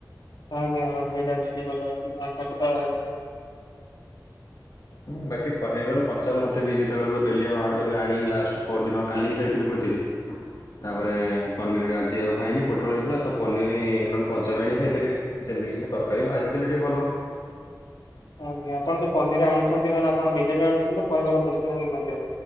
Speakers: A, on the left (about 80°); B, on the left (about 60°).
A: ଆଜ୍ଞା ହଁ ସେଇଟା
B: ହୁଁ ବାକି କ କଚା ମତେ ବି ଯେତେବେଳେ ମୁଁ ଡେଲି ଏବେ ଆଣିନି ଲାଷ୍ଟ ପର ଦିନ କାଲିି ଖାଇଥିଲୁ ପଝିରେ
A: ହ
B: ତାପରେ ପନିର ଆଜି ଆଉ ଖାଇନି ପୋଟଳ ହେଇଥିଲା ତ ପନିର ନହେଲେ କଞ୍ଚାବାଣି ଖାଇପାରିବେ ସେମିତି କିଛି ନା ତରକାରୀ ବି ଭାଜି ଦେଲେ ଟିକେ ଭଲ
A: ଆଜ୍ଞା ଆପଣ ଯୋଉ ପନିର ଆଣୁଛନ୍ତି ମାନେ ଆପଣ ନିଜେ ଆଣୁଛନ୍ତି ନା ପରହିବା ସଦସ୍ୟଙ୍କୁ ବି ମଧ୍ୟ